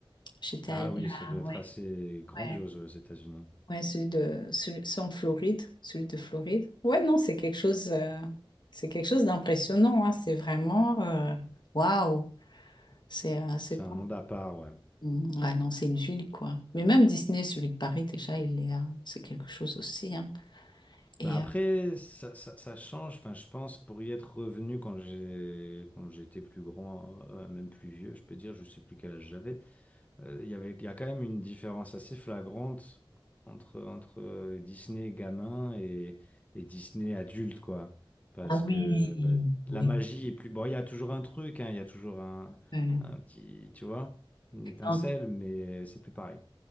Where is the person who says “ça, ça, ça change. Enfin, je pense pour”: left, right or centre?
Left